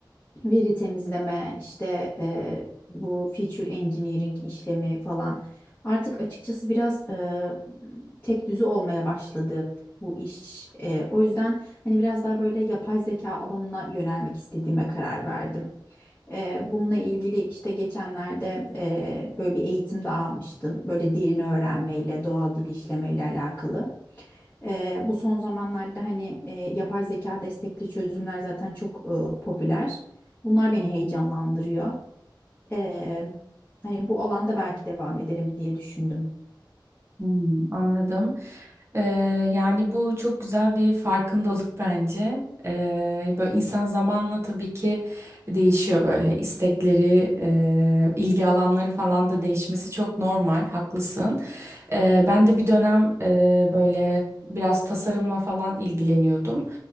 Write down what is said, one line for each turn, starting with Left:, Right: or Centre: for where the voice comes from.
Left: veri temizleme, işte e, bu feature engineering işlemi falan. Artık açıkçası biraz e, tek düze olmaya başladı bu iş. E, o yüzden hani biraz daha böyle yapay zeka alanına yönelmek istediğime karar verdim. E, bununla ilgili işte geçenlerde e, böyle bir eğitim de almıştım. Böyle derin öğrenmeyle, doğal dil işlemeyle alakalı. Eee, bu son zamanlarda hani eee, yapay zeka destekli çözümler zaten çok eee, popüler. Bunlar beni heyecanlandırıyor. Eee, hani bu alanda belki devam ederim diye düşündüm.
Right: Hmm, anladım. Ee, yani bu çok güzel bir farkındalık bence. Ee, böyle insan zamanla tabii ki değişiyor böyle istekleri, e, ilgi alanları falan da değişmesi çok normal, haklısın. Ee, ben de bir dönem e, böyle biraz tasarımla falan ilgileniyordum.